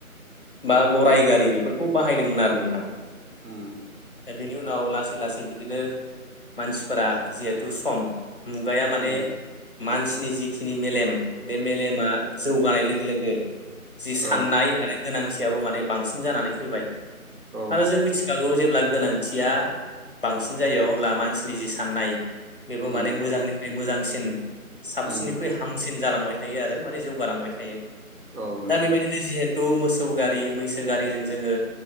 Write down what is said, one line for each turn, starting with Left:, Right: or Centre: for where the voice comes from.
Left: बा गराइ गारि बेफोरखौ बाहायदोंमोन आरो नोंथां
Right: उम
Left: दा बेनि उनाव लासै लासै बिदिनो मानसिफोरा जिहेथु सम मुगाया माने
Right: उम
Left: मानसिनि जिखिनि मेलेम बे मेलेमा जौगानाय लो गो लोगो जि साननाय
Right: औ
Left: आरो गोनांथियाबो माने बांसिन जानानै फैबाय आरो
Right: औ
Left: जों मिथिखागौ जेब्ला गोनांथिया बांसिन जायो अब्ला मानसिनि जि साननाय बेबो
Right: उम
Left: माने मोजांनिफ्राय मोजांसिन साबसिननिख्रुइ
Right: उम
Left: हामसिन जालांबाय थायो आरो माने जौगालांबाय थायो
Right: औ नोंथां
Left: दा बेबायदिनो जिहेथु मोसौ गारि मैसो गारिजों जोङो